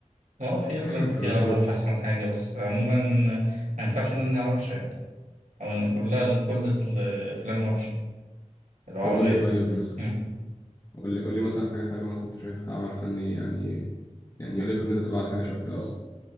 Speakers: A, on the right (about 75°); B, on the left (about 30°).
A: اه في أفلام
B: <laughs>
A: كتير
B: بالظبط
A: عربي مش أحسن حاجة بس عموما ما ينفعش نقول إنها وحشة يعني أو إن كلها كل الأفلام وحشة العربية
B: طب قول لي طيب مثلا
A: مم.
B: قول لي قول لي مثلا حاجة حلوة مثلا أنت شايفها عمل فني يعني يعني يليق إن أنت تقول على حاجة شبه كده أصلا